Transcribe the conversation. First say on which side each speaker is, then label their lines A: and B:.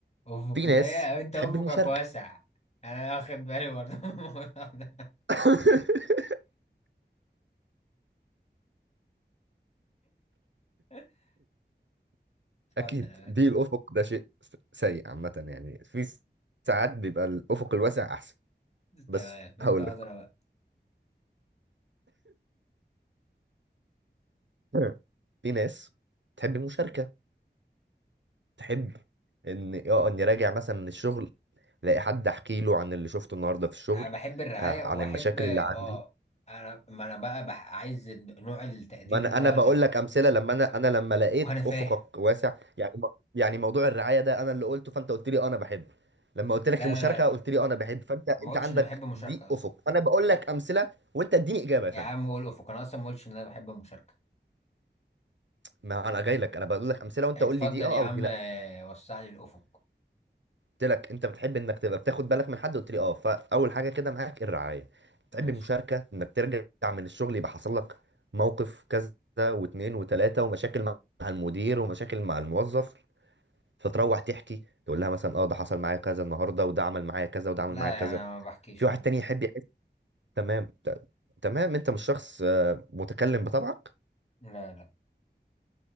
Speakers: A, on the left (about 35°); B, on the right (about 85°).
A: افق
B: في ناس
A: ده انت
B: تحب
A: افقك
B: المشاركة
A: واسع انا واخد بالي برضه من الموضوع ده
B: <laughs>
A: <laughs> اتفضل
B: أكيد
A: يا بنت.
B: دي الأفق ده شيء س- سيء عامة يعني في س- ساعات بيبقى الأفق الواسع أحسن بس
A: تمام انت
B: هقول
A: ادرى
B: لك <clears throat> <laughs> في ناس تحب المشاركة تحب ان اه اني راجع مثلا من الشغل الاقي حد احكي له عن اللي شفته النهارده في الشغل
A: أنا بحب الرعاية
B: آه، عن
A: وأحب
B: المشاكل
A: آه
B: اللي عندي
A: أنا ما أنا بقى بح... عايز نوع التقدير
B: ما انا
A: اللي هو
B: انا بقول
A: لا
B: لك امثله لما انا انا لما لقيت
A: وأنا فاهم
B: افقك واسع يعني م- يعني موضوع الرعايه ده انا اللي قلته فانت قلت لي آه، انا بحب لما قلت لك
A: لا
B: المشاركه
A: لا
B: قلت
A: لا
B: لي آه، انا بحب فانت
A: ما
B: انت
A: أقولش
B: عندك
A: إني بحب المشاركة
B: دي
A: أصلا
B: افق انا بقول لك امثله وانت اديني اجابه يا
A: يا
B: فندم
A: عم قول أفق أنا أصلا ما أقولش إن أنا بحب المشاركة
B: ما انا جاي لك انا بقول لك امثله وانت
A: اتفضل
B: قول لي دي اه
A: يا عم
B: او دي لا
A: آه، وسع لي الأفق
B: قلت لك انت بتحب انك تبقى بتاخد بالك من حد قلت لي اه فاول حاجه كده معاك الرعايه بتحب
A: ماشي
B: المشاركه انك ترجع من الشغل يبقى حصل لك موقف كذا واتنين وتلاته ومشاكل مع المدير ومشاكل مع الموظف فتروح تحكي تقول لها مثلا اه ده حصل معايا كذا النهارده وده عمل معايا كذا وده عمل
A: لا
B: معايا كذا
A: يعني أنا ما بحكيش
B: في واحد
A: عامة
B: تاني يحب يحس تمام ت- تمام انت مش شخص آه، متكلم بطبعك
A: لا لا